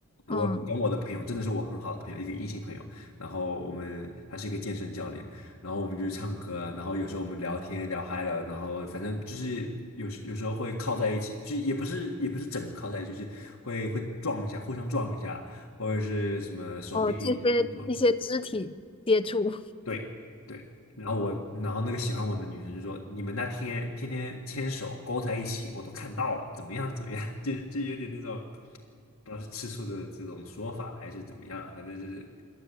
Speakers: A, on the left; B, on the left.
A: 我跟我的朋友，
B: 嗯，
A: 真的是我很好的朋友，一个异性朋友，然后我们他是一个健身教练，然后我们就唱歌啊，然后有时候我们聊天聊嗨了，然后反正就是有时有时候会靠在一起，就也不是也不是整个靠在一起，就是会会撞一下，互相撞一下，或者是什么手臂手臂撞，
B: 哦，这些一些肢体接触，
A: 对对。然后我，然后那个喜欢我的女生就说：“你们那天天天牵手勾在一起，我都看到了，怎么样怎么样？” <laughs> 就就有点那种，不知道是吃醋的这种说法还是怎么样，反正就是